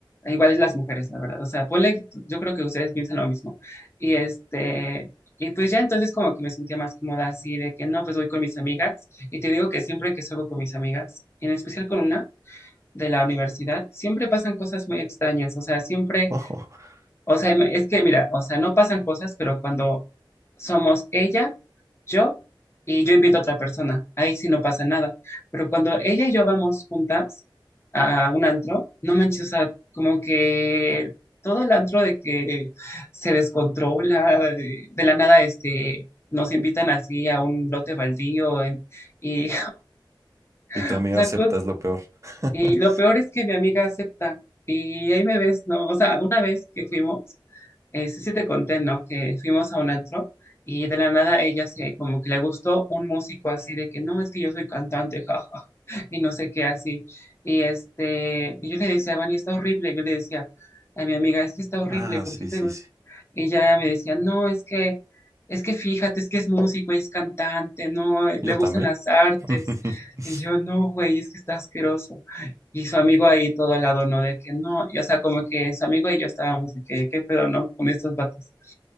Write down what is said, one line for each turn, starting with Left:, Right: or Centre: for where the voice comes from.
Left: igual es las mujeres, la verdad. O sea, ponle, yo creo que ustedes piensan lo mismo. Y este, y pues ya entonces como que me sentía más cómoda así de que no, pues voy con mis amigas. Y te digo que siempre que salgo con mis amigas, en especial con una de la universidad, siempre pasan cosas muy extrañas. O sea, siempre,
Right: <laughs>
Left: o sea, es que mira, o sea, no pasan cosas, pero cuando Somos ella, yo y yo invito a otra persona. Ahí sí no pasa nada. Pero cuando ella y yo vamos juntas a un antro, no manches, o sea, como que todo el antro de que se descontrola, eh, de la nada, este, nos invitan así a un lote baldío en- y,
Right: Y
Left: <laughs>
Right: tu amiga
Left: o sea,
Right: acepta
Left: cos-
Right: es lo peor. <laughs>
Left: y lo peor es que mi amiga acepta. Y ahí me ves, ¿no? O sea, una vez que fuimos, eh, sí, sí te conté, ¿no? Que fuimos a un antro y de la nada ella se, como que le gustó un músico así de que no, es que yo soy cantante, jaja, <laughs> y no sé qué así. Y este, y yo le decía, Vani, está horrible. Yo le decía a mi amiga, es que está horrible,
Right: Ah,
Left: ¿por
Right: sí,
Left: qué te,
Right: sí, sí.
Left: y ella me decía, no, es que, es que fíjate, es que es músico es cantante, no, le
Right: Yo
Left: gustan
Right: también.
Left: las artes.
Right: <laughs>
Left: Y yo, no, güey, es que está asqueroso. Y su amigo ahí todo al lado, ¿no? De que no, y, o sea, como que su amigo y yo estábamos de que, qué pedo, ¿no? Con estos vatos.